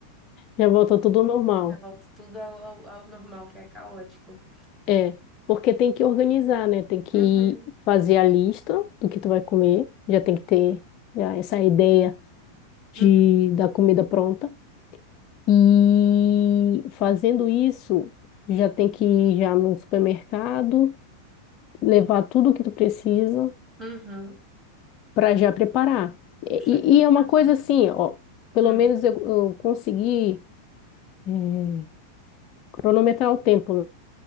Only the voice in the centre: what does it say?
Já volta tudo ao, ao- ao normal, que é caótico.
Uhum,
uhum,
uhum.
Chega no
caso
de...
Hum,